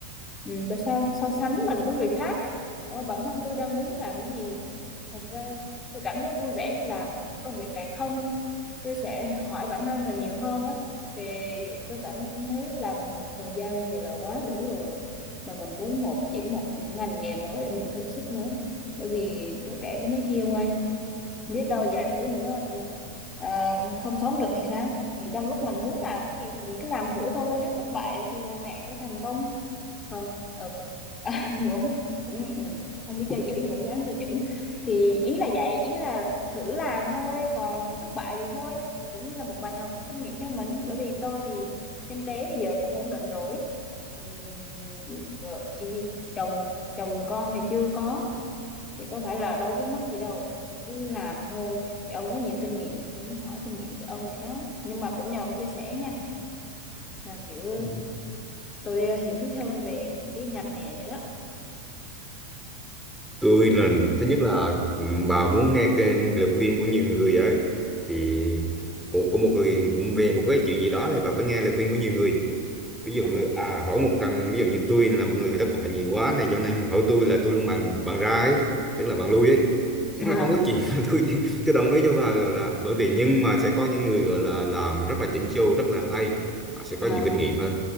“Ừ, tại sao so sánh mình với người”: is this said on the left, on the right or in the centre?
Left